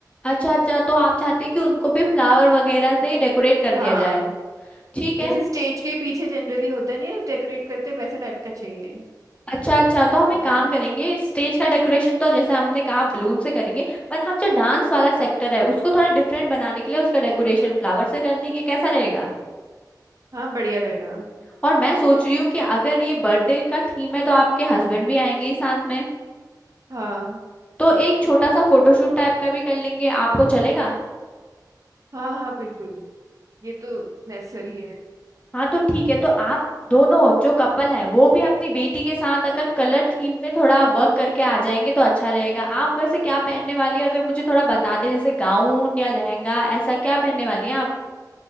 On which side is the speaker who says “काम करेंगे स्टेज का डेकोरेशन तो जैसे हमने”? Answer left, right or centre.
Left